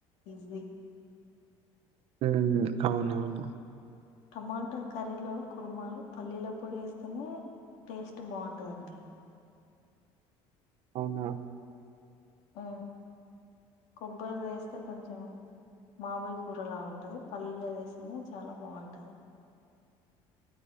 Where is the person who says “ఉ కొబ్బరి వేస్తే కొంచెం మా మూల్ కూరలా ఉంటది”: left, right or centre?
Left